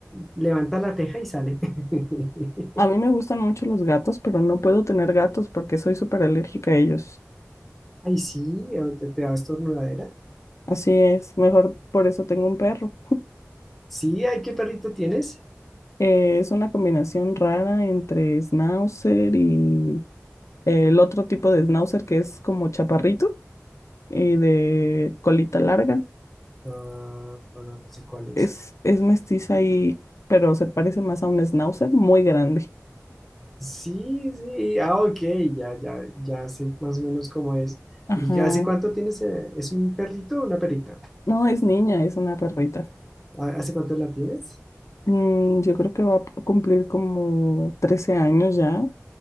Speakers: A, in the centre; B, on the left (about 65°).
A: levanta la teja y sale. <laughs>
B: A mí me gustan mucho los gatos, pero no puedo tener gatos porque soy súper alérgica a ellos.
A: Ay, sí, o te, te da estornudadera.
B: Así es, mejor por eso tengo un perro.
A: Sí, ay, ¿qué perrito tienes?
B: Eh, es una combinación rara entre schnauzer y el otro tipo de schnauzer que es como chaparrito y de colita larga.
A: Ah, no, no, no sé cuál es.
B: Es, es mestiza y, pero se parece más a un schnauzer muy grande.
A: Sí, sí, ah, ok, ya, ya, ya sé más o menos cómo es.
B: Ajá.
A: ¿Y hace cuánto tienes? eh, ¿Es un perrito o una perrita?
B: No, es niña, es una perrita.
A: Ah, ¿Hace cuánto la tienes?
B: Mm, yo creo que va a cumplir como 13 años ya.